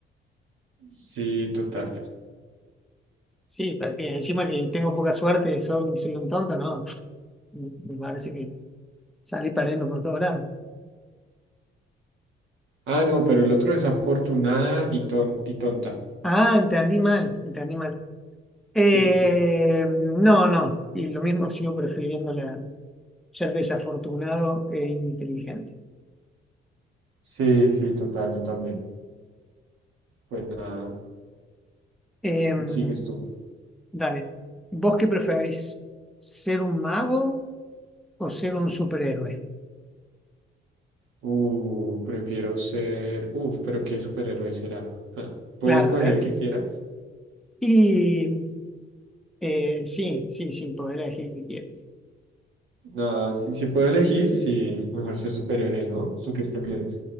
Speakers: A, on the right; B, in the centre.
A: Sí, total.
B: Sí, también. Encima que tengo poca suerte, y soy, soy un tonto, no. Me me parece que salí perdiendo por todos lados.
A: Ah, no, pero el otro desafortunada y, ton y tonta.
B: Ah, entendí mal, entendí mal. Eh,
A: Sí, sí.
B: no, no. Y lo mismo sigo prefiriendo la, ser desafortunado e inteligente.
A: Sí, sí, total, yo también. Pues nada,
B: Em,
A: sigues tú.
B: dale. ¿Vos qué preferís? ¿Ser un mago o ser un superhéroe?
A: Uh, prefiero ser... Uf, pero ¿qué superhéroe será? Ja, ¿Puedes
B: Claro,
A: escoger
B: ¿eh?
A: el que quieras?
B: Y Eh, sí, sí, sí, puedo elegir si quieres.
A: No, si, si puedo elegir, sí, mejor ser superhéroe, ¿no? ¿Tú qué prefieres?